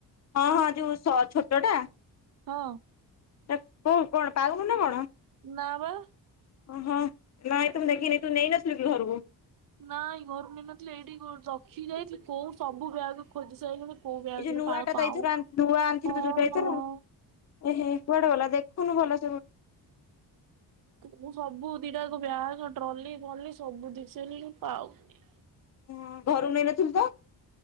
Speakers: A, on the left; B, on the right.
A: ହଁ, ହଁ। ଯୋଉ ସ-ଛୋଟ ଟା?
B: ହଁ।
A: ଏ କୋଉ କଣ ପାଉନୁ ନା କଣ?
B: ନା ବା।
A: ଓ, ହୋ। ନାଇ ତ ମୁଁ ଦେଖିନି ତୁ ନେଇନଥିଲୁ କି ଘରକୁ?
B: ନାଇ ଘରକୁ ନେଇନଥିଲି। ଏଇଠି କୋଉ-ରଖି ଯାଇଥିଲି। କୋଉ ସବୁ ବ୍ୟାଗ ଖୋଜି ସାରିଲିଣି। କୋଉ ବ୍ୟାଗରେ
A: ଏଇ ଯୋଉ ନୂଆ
B: ପାଳ
A: ଟା,
B: ପାଉ
A: ତ ଏଇଥର ଆ- ନୂଆ ଆଣିଥିଲୁ।
B: ହଁ
A: ଯୋଉଟା ଏଥର,
B: ହଁ।
A: ଏହେ କୁଆଡ଼େ ଗଲା ଦେ ଖୁନୁ ଭଲ।
B: ମୁଁ ସବୁ ଦି ଟା ବ୍ୟାଗ ଟ୍ରଲି, ଫଲି ସବୁ ଦେଖି ସାରିଲିଣି, ପାଉନି।
A: ହଁ, ଘରକୁ ନେଇନଥିଲୁ ତ?